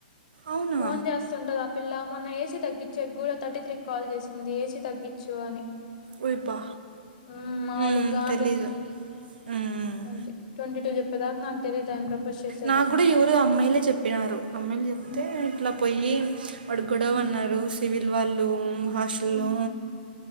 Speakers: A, on the right; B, on the left.
A: అవునా
B: ఫోన్ చేస్తుంటద ఆ పిల్ల మొన్న ఏసీ తగ్గిచ్చేగూడ తర్టీ త్రీ కి కాల్ చేసింది ఏసీ తగ్గిచు అని
A: ఓయబ్బా
B: ఉమ్ మాములుగా
A: ఉమ్
B: కాదు
A: తెలీదు ఉమ్
B: అంతే ట్వంటీ టూ చెప్పేదాకా నాకు తెలియదు ఆయన ప్రపోజ్ చేశాడని
A: నాకు కూడా ఎవరు అమ్మాయిలే చెప్పినారు అమ్మాయిల్
B: ఉమ్
A: తే ఇట్ల పోయ్యి వాడు గొడవ
B: ఉమ్
A: అన్నారు సివిల్ వాళ్ళు హాస్టల్
B: ఉమ్
A: లో